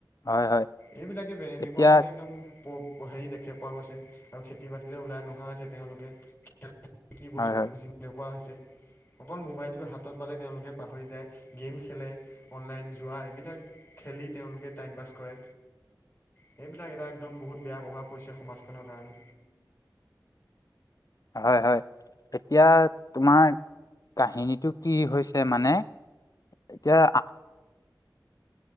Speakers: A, on the left (about 55°); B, on the left (about 25°).
A: হয় হয়।
B: এইবিলাকে এনেকুৱা
A: এতিয়া
B: মানে একদম হেৰি দেখি পোৱা গৈছে আৰু খেতি বাতিলৈ ওলাই নহা হৈছে তেওঁলোকে। কি বস্তু
A: হয় হয়
B: বুজি নোপোৱা হৈছে। অকল মোবাইলটো হাতত পালে তেওঁলোকে পাহৰি যায়। গেম খেলে, অনলাইন জোৱা এইবিলাক খেল তেঁওলোকে টাইম পাছ কৰে। সেইবিলাক এটা একদম বহুত বেয়া প্ৰভাৱ পৰিছে সমাজখনৰ কাৰণে।
A: হয় হয়। এতিয়া তোমাৰ কাহিনীটো কি হৈছে মানে এতিয়া